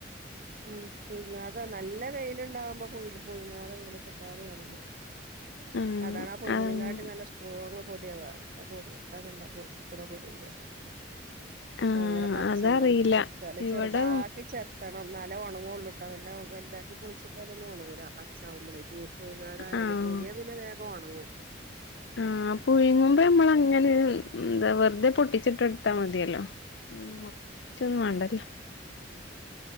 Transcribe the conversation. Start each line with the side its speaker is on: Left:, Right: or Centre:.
Right: ഉം പുയ്ങ്ങാതെ നല്ല വെയ് ല് ണ്ടാവകുമ്പോ പുയ് പുയ്ങ്ങാതെ വെയ്ലത്തിട്ടാലും ഓണങ്ങും.
Left: ആഹ്
Right: അതാണാ പയ്ങ്ങ്ണേകാട്ടിം
Left: ആഹ്
Right: നല്ല സ്ട്രോങ്. പൊട്യാ വാർത്ത പൊടി അല്ല ന്തെന്താപ്പൊ കുത്ത്ണ പൊട്യെക്കാരം.
Left: ആഹ്
Right: അങ്ങനെ പച്ചേല്
Left: അതറിയില്ല
Right: ഒണക്കി പൊടിച്ചാല്
Left: ഇവിടെ
Right: ചെറ്താക്കി ചെത്ത ണം ഇന്നാലേ ഒണങ്ങൊള്ളൂ ട്ടോ നല്ലം വല്താക്കി പൊളിച്ചിട്ടാലൊന്നും ഒണങ്ങൂല പച്ചാവുമ്പളേ തീ പുയ്ങ്ങതായാല്
Left: ആഹ്
Right: പുയ്ങ്ങിയ പിന്നെ വേഗം ഒണങ്ങും.
Left: ആഹ് പുയ്ങ്ങുമ്പോ ഞമ്മളങ്ങനെ എന്താ വെറ്തെ പൊട്ടിച്ചിട്ടൊട്ത്താ മതിയല്ലോ മർച്ചൊന്നും വാണ്ടല്ലോ